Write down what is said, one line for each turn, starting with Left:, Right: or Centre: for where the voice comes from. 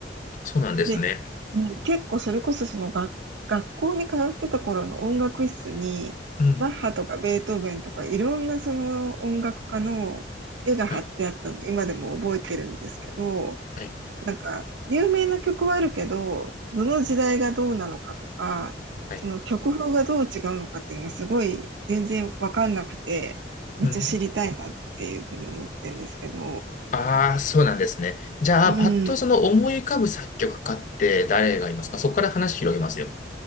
Left: そうなんですね。
Right: で、うん結構それこそその学、学校に通ってた頃の音楽室に、
Left: うん。
Right: バッハとかベートーベンとかいろんなその音楽家の絵が貼ってあったの、
Left: はい、
Right: 今でも覚えてるんですけど、
Left: はい、
Right: なんか、有名な曲はあるけど、どの時代がどうなのかとか、
Left: はい。
Right: その曲風がどう違うのかっていうのがすごい全然わかんなくて、めっちゃ知りたいなっていうふうに思ってるんですけど、
Left: うん、うんああ、そうなんですね。じゃあ、
Right: うん。
Left: パッとその思い浮かぶ作曲家って誰がいますかそこから話広げますよ。